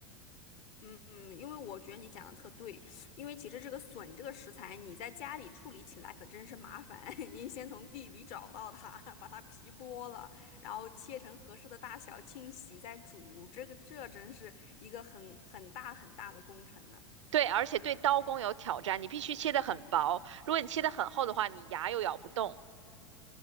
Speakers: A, on the left; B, on the right.
A: 嗯，因为我觉得你讲的特对，因为其实这个笋这个食材，你在家里处理起来可真是麻烦。<laughs> 你先从地里找到它，把它皮剥了，然后切成合适的大小，清洗再煮，这个这真是一个很很大很大的工程呢。
B: 对，而且对刀工有挑战，你必须切得很薄，如果你切得很厚的话，你牙又咬不动，